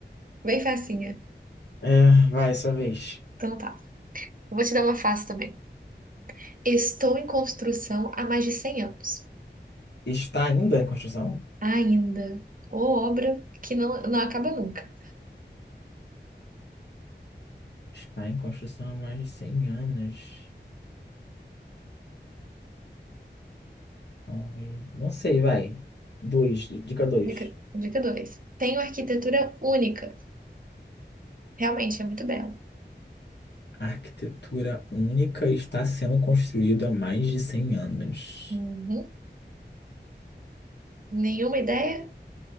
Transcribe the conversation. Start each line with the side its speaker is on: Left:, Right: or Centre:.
Right: Bem facinha.
Left: É, vai, sua vez.
Right: Então tá. Eu Vou te dar uma fácil também. Estou em construção há mais de cem anos.
Left: Está ainda em construção?
Right: Ainda. Ou obra que não, não acaba nunca.
Left: Está em construção há mais de 100 anos. Ai, Não sei, vai. Dois, dica dois.
Right: Dica, dica 2. Tenho arquitetura única. Realmente, é muito bela.
Left: A arquitetura única está sendo construída há mais de 100 anos.
Right: Uhum. Nenhuma ideia?